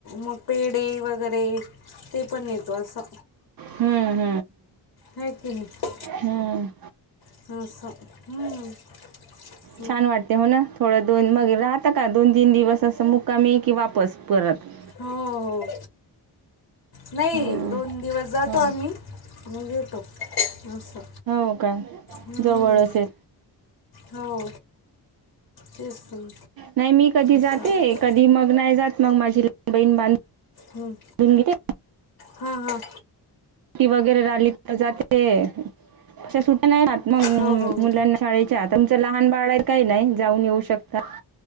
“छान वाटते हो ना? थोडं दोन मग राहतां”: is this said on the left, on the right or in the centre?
Right